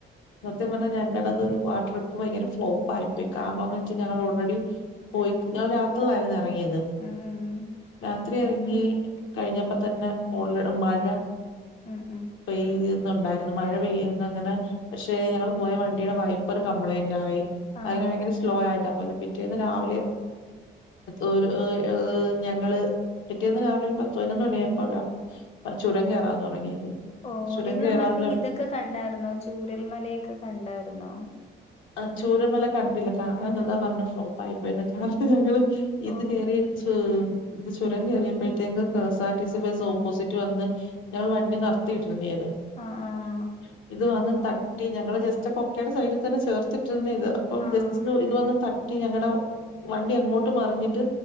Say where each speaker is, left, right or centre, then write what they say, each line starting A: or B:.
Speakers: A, on the left (about 80°); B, on the left (about 30°).
A: സത്യം പറഞ്ഞാ ഞങ്ങളടത് ആ ട്രിപ്പ് ഭയങ്കര ഫ്ലോപ്പയി പോയി കാരണം ന്തന്ന്ന് വെച്ചാൽ ഞങ്ങൾ ഓൾറെഡി പോയി ഞാൻ രാത്രിലായിരുന്നു ഇറങ്ങിയത്
B: ഉം ഉം
A: രാത്രി ഇറങ്ങി കഴിഞ്ഞപ്പോ തന്നെ ഓള് മഴ
B: ഉ ഉ
A: പെയ്യുന്നുുണ്ടായിരുന്നു മഴ പെയ്യുന്നു അങ്ങനെ പക്ഷെ ഞങ്ങള് പോയ വണ്ടിയുടെ വൈപ്പർ കംപ്ലൈന്റ് ആയി
B: ആഹ്
A: അങ്ങനെ ഭയങ്കര സ്ലോ ആയിട്ടാ പോയത് പിറ്റേന്ന് രാവിലെ ഒരു ഒ ഒ ഞങ്ങള് പിറ്റേന്ന് രാവിലെ ഒരു പത്ത് പതിനൊന്ന് മണിയായപ്പോഴാ ആ ചുരം കയറാൻ തുടങ്ങിയത്.
B: ഓ
A: ചുരം
B: നിങ്ങള്
A: കേറാൻ
B: മറ്റേ ഇതൊക്കെ കണ്ടായിരുന്നോ ചൂരൽമലയൊക്കെ കണ്ടായിരുന്നോ
A: ആ ചൂരമല കണ്ടില്ല കാണാൻ നിന്ന തെന്നെ ഫ്ലോ അയിപ്പോയിന്ന കാരണം ഞങ്ങള് ഇത്
B: ഓ
A: കേയറിച്ച് ഇത് ചുരം കയറിയപ്പോഴത്തേക്ക് K S R T C bus opposite വന്ന് ഞങ്ങൾ വണ്ടി <unintelligible>
B: ആഹ് ആഹ്
A: ഇത് വന്ന് തട്ടി ഞങ്ങള് ജസ്റ്റ് കൊക്കയുടെ സൈഡിൽ തന്നെ ചേർ ട്ട ഇത് അപ്പം
B: ആഹ്
A: ജസ്റ്റ് ഇത് വന്ന് തട്ടി ഞങ്ങളടെ വണ്ടി അങ്ങോട്ട് മറിഞ്ഞിട്ട്